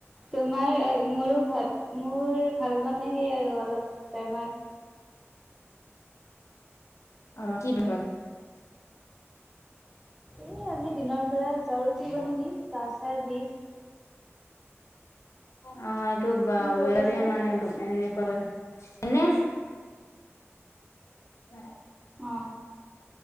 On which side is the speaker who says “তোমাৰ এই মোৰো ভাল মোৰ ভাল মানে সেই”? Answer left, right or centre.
Centre